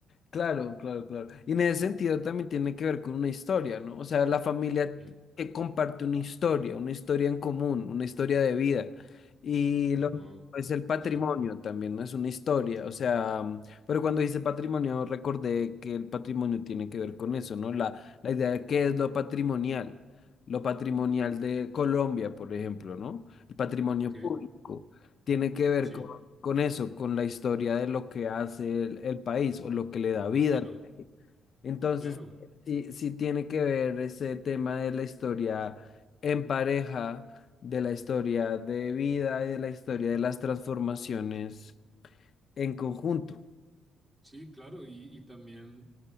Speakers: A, on the left; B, on the right.
A: Claro, claro, claro. Y en ese sentido también tiene que ver con una historia, ¿no? O sea, la familia
B: Sí.
A: que comparte una historia, una historia en común, una historia de vida. Y
B: Ah,
A: lo
B: wow.
A: mismo es el patrimonio
B: Sí.
A: también, ¿no? Es una historia, o sea, mm, pero cuando dice patrimonio recordé que el patrimonio tiene que ver con eso, ¿no? La, la idea de qué es lo patrimonial, lo patrimonial de Colombia, por ejemplo, ¿no? El patrimonio
B: Ok.
A: público tiene que ver
B: Sí,
A: con, con eso, con la historia de lo que hace el, el país o lo que le da vida.
B: claro,
A: Entonces,
B: claro,
A: sí, sí tiene que ver ese tema de la historia en pareja, de la historia de vida y de la historia de las transformaciones en conjunto.
B: sí, claro. Y, y también